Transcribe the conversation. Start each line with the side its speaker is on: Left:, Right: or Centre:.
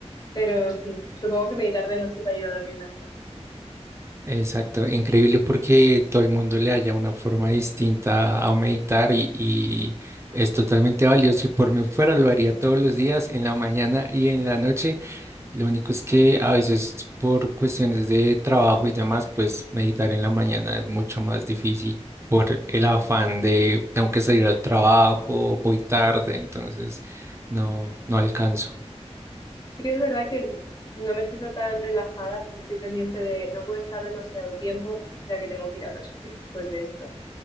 Left: Pero sí, supongo que meditar de noche te ayuda a dormir mejor.
Right: Exacto, increíble porque todo el mundo le haya una forma distinta a meditar y, y es totalmente valioso. Si por mí fuera lo haría todos los días, en la mañana y en la noche. Lo único es que a veces por cuestiones de trabajo y demás, pues meditar en la mañana es mucho más difícil por el afán de tengo que salir al trabajo, voy tarde, entonces no, no alcanzo.
Left: Sí que es verdad que no me siento tan relajada porque estoy pendiente de no puedo estar demasiado tiempo, ya que tengo que ir a otro sitio después de esto.